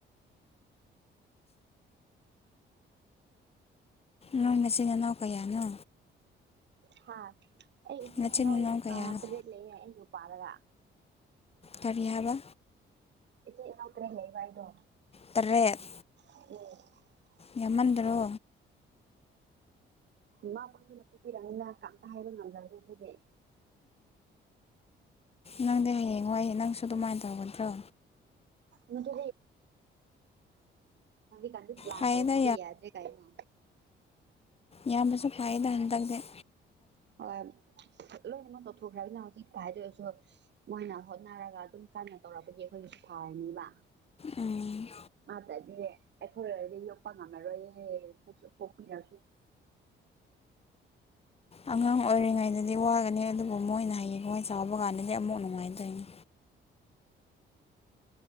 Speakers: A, on the left (about 30°); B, on the right (about 60°).
A: ꯅꯣꯏ ꯃꯆꯤꯟ ꯃꯅꯥꯎ ꯀꯌꯥꯅꯣ
B: ꯍꯥꯥ ꯑꯩ ꯏ
A: ꯅꯆꯤꯟ
B: ꯏꯩꯅꯣ
A: ꯅꯅꯥꯎ ꯀꯌꯥꯅꯣ
B: ꯇꯔꯦꯠ ꯂꯩ ꯑ ꯅꯨ ꯄꯥꯔꯒ
A: ꯀꯔꯤꯍꯥꯢꯕ
B: ꯏꯆꯦ ꯅ ꯀꯔꯤ ꯂꯩꯕꯏꯗꯣ
A: ꯇꯔꯦꯠ
B: ꯎꯝ
A: ꯌꯥꯝꯃꯟꯗ꯭ꯔꯣ
B: ꯃꯥ ꯄꯕꯨꯅ ꯄꯣꯛꯄꯤꯔꯅꯤꯅ ꯀꯝꯇ ꯍꯥꯏꯕ ꯉꯝꯖꯗ꯭ꯔꯦ ꯑꯩꯈꯣꯏꯗꯤ <inaudible>
A: ꯅꯪꯗꯤ ꯍꯌꯦꯡ ꯋꯥꯏ ꯅꯪꯁꯨ ꯑꯗꯨꯃꯥꯏꯅ ꯇꯧꯒꯗ꯭ꯔꯣ
B: ꯃ ꯍ ꯀ ꯑꯗꯨ ꯄ꯭ꯂꯥꯟ
A: ꯐꯩꯌꯦꯗ
B: ꯇꯧꯗ꯭ꯔꯦꯗꯤ ꯌꯥꯗ꯭ꯔꯦ ꯀꯥꯏꯅꯣ
A: ꯌꯥꯝ ꯃꯁꯨ ꯐꯥꯏꯗ ꯏ ꯇꯒꯗ
B: ꯍꯣꯏ ꯂ ꯑꯃ ꯆꯥꯎꯊꯣꯛꯈ꯭ꯔꯕꯅꯤꯅ ꯍꯧꯖꯤꯛꯇ ꯍꯥꯏꯗ ꯑꯣꯏꯔꯁꯨ ꯃꯣꯏꯅ ꯍꯣꯠꯅꯔꯒ ꯑꯗꯨꯝ ꯀꯟꯅ ꯇꯧꯔꯛꯄꯒꯤ ꯑꯩꯈꯣꯏꯒꯤꯁꯨ ꯐꯥꯔꯅꯦꯕ
A: ꯎꯝ
B: ꯃꯥ ꯇꯥꯏ ꯑꯦ ꯑꯩꯈꯣꯏ ꯂꯩꯔꯗꯤ ꯌꯣꯛꯄ ꯉꯝꯃꯔꯣꯏ ꯄꯣꯛꯄꯤꯔꯁꯨ
A: ꯑꯉꯥꯡ ꯑꯣꯏꯔꯤꯉꯩꯗꯗꯤ ꯋꯥꯒꯅꯤ ꯑꯗꯨꯕꯨ ꯃꯣꯏꯅ ꯍꯌꯦꯡ ꯈꯋꯥꯏ ꯆꯥꯎꯕ ꯀꯥꯟꯗꯗꯤ ꯑꯃꯨꯛ ꯅꯨꯡꯉꯥꯏꯇꯣꯏꯅꯤ